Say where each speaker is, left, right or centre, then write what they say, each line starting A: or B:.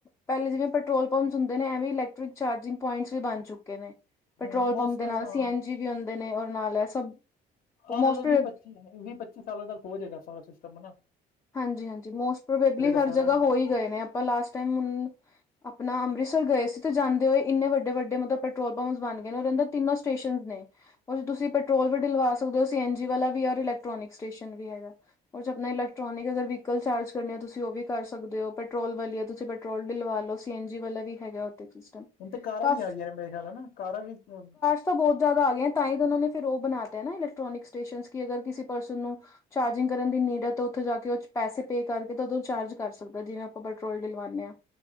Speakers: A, on the left; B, on the left.
A: ਪਹਿਲੇ ਜਿਵੇਂ ਪੈਟਰੋਲ ਪੰਪਸ ਹੁੰਦੇ ਨੇ ਏਵੇ ਈ ਇਲੈਕਟ੍ਰਿਕ ਚਾਰਜਿੰਗ ਪੁਆਇੰਟਸ ਵੀ ਬਨ ਚੁੱਕੇ ਨੇ। ਪੈਟਰੋਲ
B: ਮੋਸਟ
A: ਪੰਪ ਦੇ
B: ਹਾਂ
A: ਨਾਲ ਸੀ ਐਨ ਜੀ ਵੀ ਹੁੰਦੇ ਨੇ ਔਰ ਨਾਲ ਏ ਸਭ
B: ਆਣ
A: ਮੋਸਟ
B: ਆਲਾ ਵੀਹ ਪੱਚੀ, ਵੀਹ ਪੱਚੀ ਸਾਲਾਂ ਤੱਕ ਹੋ ਜਾਏਗਾ ਸਾਰਾ ਸਿਸਟਮ ਹੈਨਾ।
A: ਹਾਂਜੀ-ਹਾਂਜੀ ਮੋਸਟ ਪ੍ਰੋਬੇਬਲੀ ਹਰ
B: ਸਾਰਾ
A: ਜਗ੍ਹਾ
B: ਨਾ।
A: ਹੋਈ ਗਏ ਨੇ। ਲਾਸਟ ਟਾਈਮ ਹੁਨ, ਆਪਣਾ ਅੰਮ੍ਰਿਤਸਰ ਗਏ ਸੀ ਤੇ ਜਾਂਦੇ ਹੋਏ ਇੰਨੇ ਵੱਡੇ-ਵੱਡੇ ਮਤਲਬ ਪਟ ਪਟਰੋਲ ਪੰਪਸ ਬਣ ਗਏ ਨੇ ਉਹਦੇ ਅੰਦਰ ਤਿੰਨੋ ਸਟੇਸ਼ਨਸ ਨੇ। ਹੁਣ ਤੁਸੀਂ ਪੈਟਰੋਲ ਵੀ ਡਲਵਾ ਸਕਦੇ ਹੋ ਸੀ ਐਨ ਜੀ ਵਾਲਾ ਵੀ ਔਰ ਇਲੈਕਟ੍ਰੋਨਿਕ ਸਟੇਸ਼ਨ ਵੀ ਹੈਗਾ, ਉਹ ਚ ਆਪਣਾ ਇਲੈਕ ਵਹੀਕਲ ਚਾਰਜ ਕਰਨੀ ਆ ਤੁਸੀਂ ਉਹ ਵੀ ਕਰ ਸਕਦੇ ਓ ਪੈਟਰੋਲ ਵਾਲੀ ਆ ਤੁਸੀਂ ਪੈਟਰੋਲ ਡਲਵਾ ਲਓ ਸੀ ਐਨ ਜੀ ਵਾਲਾ ਵੀ ਹੈਗਾ ਉੱਥੇ ਸਿਸਟਮ।
B: ਹੁਣ ਤੇ ਕਾਰਾਂ
A: ਕਾਫੀ
B: ਵੀ ਆ ਗਈਆਂ ਨੇ ਮੇਰੇ ਖਿਆਲ ਹਨਾ, ਕਾਰਾਂ ਵੀ ਆ
A: ਤਾਂ ਬਹੁਤ ਜ਼ਿਆਦਾ ਆ ਗਏ ਆ। ਤਾਂ ਈ ਤਾਂ ਉਹਨਾਂ ਨੇ ਫਿਰ ਉਹ ਬਣਾਤੇ ਨਾ ਇਲੈਕਟ੍ਰੋਨਿਕ ਸਟੇਸ਼ਨ ਕਿ ਅਗਰ ਕਿਸੇ ਪਰਸਨ ਨੂੰ, ਚਾਰਜਿੰਗ ਕਰਨ ਦੀ ਨੀਡ ਆ ਤੋ ਉੱਥੇ ਜਾ ਕੇ ਉਹ ਚ ਪੈਸੇ ਪੇ ਕਰਕੇ ਤੇ ਉਦੋਂ ਚਾਰਜ ਕਰ ਸਕਦਾ ਏ ਜਿਵੇਂ ਆਪਾਂ ਪੈਟਰੋਲ ਡਿਲਵਾਉਂਦੇ ਆਂ।